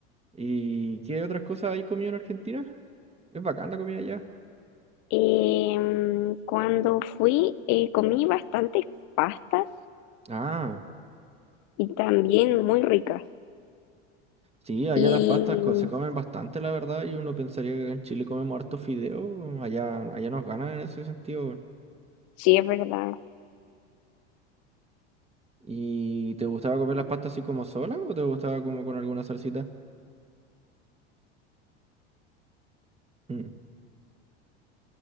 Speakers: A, on the right; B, on the left.
A: ¿Y qué otras cosas hay comido en Argentina? Es bacán la comida allá.
B: Em, cuando fui, eh, comí bastantes pastas
A: Ah.
B: y también muy ricas.
A: Sí, allá
B: Y
A: las pastas co- se comen bastante, la verdad, y uno pensaría que acá en Chile comemos harto fideo, allá, allá nos ganan en ese sentido. weón.
B: sí, es verdad.
A: ¿Y te gustaba comer las pastas así como solas o te gustaba como con alguna salsita? Mm,